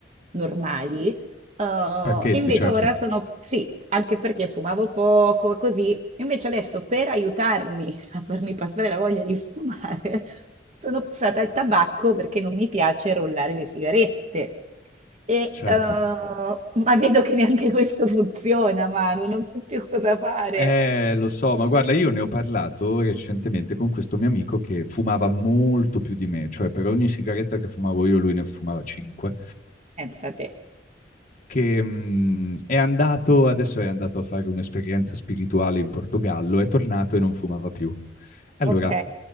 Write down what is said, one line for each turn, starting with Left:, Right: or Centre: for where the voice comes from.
Right: normali, eh,
Left: Pacchetti,
Right: invece
Left: certo,
Right: ora sono sì, anche perché fumavo poco e così, invece adesso per aiutarmi a farmi passare la voglia di fumare, <laughs> sono passata al tabacco perché non mi piace rollare le sigarette. E,
Left: certo.
Right: eh, ma vedo che neanche questo funziona, Manu, non so più cosa fare.
Left: Eh, lo so, ma guarda, io ne ho parlato recentemente con questo mio amico che fumava molto più di me, cioè per ogni sigaretta che fumavo io, lui ne fumava 5.
Right: Pensa te.
Left: che mm, è andato, adesso è andato a fare un'esperienza spirituale in Portogallo, è tornato e non fumava più. Allora,
Right: Ok,